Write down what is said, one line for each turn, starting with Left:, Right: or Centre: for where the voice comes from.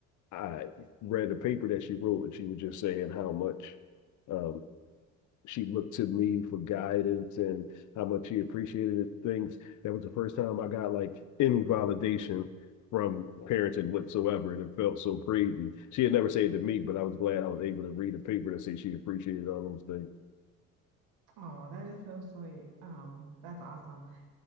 Left: I read a paper that she wrote, and she was just saying how much um, she looked to me for guidance and how much she appreciated things. That was the first time I got like any validation from parenting whatsoever, and it felt so crazy. She had never said it to me, but I was glad I was able to read a paper that said she appreciated all those
Right: Oh, that is so sweet. Um, that's awesome.